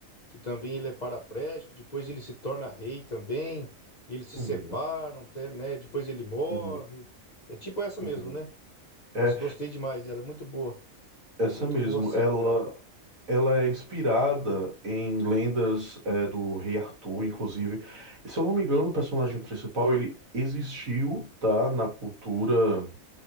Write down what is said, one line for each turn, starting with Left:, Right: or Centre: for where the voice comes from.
Left: que também ele é paraplégico, depois ele se torna rei também, e eles se
Right: Uhum,
Left: separam, até, né? Depois ele morre.
Right: uhum,
Left: É tipo essa mesmo,
Right: uhum.
Left: né?
Right: É
Left: Nossa, gostei demais, ela é muito boa.
Right: essa
Left: Muito
Right: mesmo.
Left: boa a série
Right: Ela,
Left: também.
Right: ela é inspirada em lendas é, do rei Arthur, inclusive. Se eu não me engano, o personagem principal ele existiu, tá, na cultura